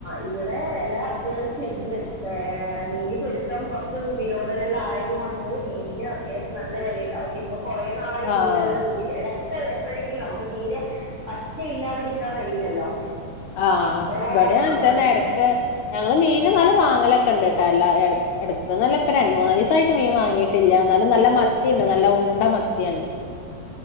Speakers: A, on the right; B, on the left.
A: ഇവിടെ വെല അത്യാവശ്യം ണ്ട് ഏ നീനി പെടു ഇം കുറച്ച് നിരോധന എല്ലാം ആയതുകൊണ്ട് മീലിന് അത്യാവശ്യം നല്ല വിലയുണ്ടാവും ഇപ്പൊ കുറേ നാളായി
B: ആഹ്
A: മീനെല്ലാം കൂട്ടിട്ട് എടക് എപ്പോഴെങ്കിലും നമുക്ക് തീരെ പറ്റയില്ലാതിരിക്കാൻ കഴിയില്ലല്ലോ
B: ആഹ്
A: അപ്പോ
B: ഇവിടെ ങ്ങനന്നെ
A: നമ്മള്
B: ഇടക്ക് ഞങ്ങള് മീൻ ന്നാലും വാങ്ങലൊക്കെ ഉണ്ട് കേട്ടാ എല്ലാ എടക്ക് അല്ല ഇപ്പ രണ്ട് മൂന്നു ദിവസം ആട്ട് മീൻ വാങ്ങീട്ടില്ല എന്നാലും നല്ല മത്തി ണ്ട് നല്ല ഉണ്ട മത്തിയാണ്